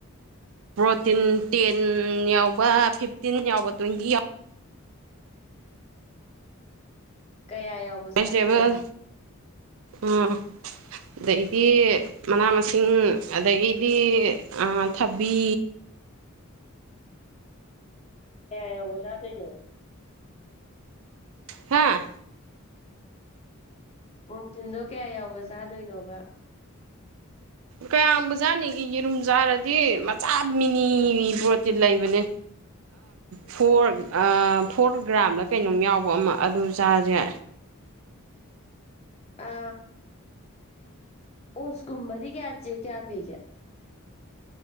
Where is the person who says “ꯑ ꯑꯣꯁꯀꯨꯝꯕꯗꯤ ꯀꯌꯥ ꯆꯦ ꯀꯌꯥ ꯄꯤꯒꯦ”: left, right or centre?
Left